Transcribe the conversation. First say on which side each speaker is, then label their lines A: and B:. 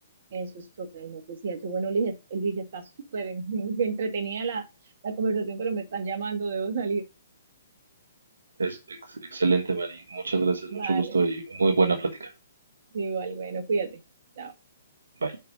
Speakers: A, on the right; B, on the right.
A: eso es totalmente cierto. Bueno, Luis, Luis está súper en- <laughs> entretenida la, la conversación, pero me están llamando, debo salir.
B: Es ex- excelente, Mari. Muchas gracias,
A: Vale,
B: mucho gusto y muy buena plática.
A: igual, bueno, cuídate. Chao.
B: Bye.